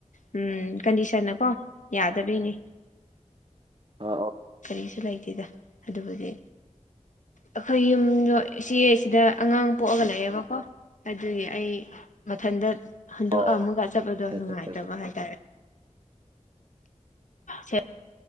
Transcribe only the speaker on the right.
ꯑꯣ ꯑꯣ꯫
ꯑꯣ
ꯑꯆꯥ ꯑꯆꯥ